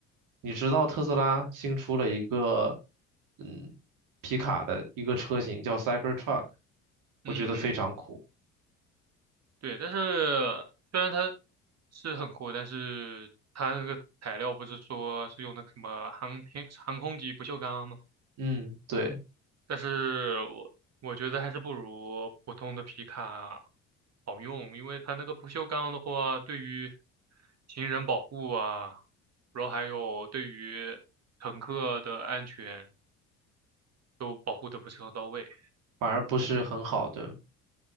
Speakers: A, on the right (about 65°); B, on the right (about 50°).
A: 你知道特斯拉新出了一个嗯皮卡的一个车型叫 Cybertruck，我觉得非常酷。
B: 嗯嗯，对，但是虽然它是很酷，但是它那个材料不是说是用那个什么航天航空级不锈钢吗？
A: 嗯，对，
B: 但是我我觉得还是不如普通的皮卡好用，因为它那个不锈钢的话，对于行人保护啊，然后还有对于乘客的安全都保护的不是很到位。
A: 反而不是很好的。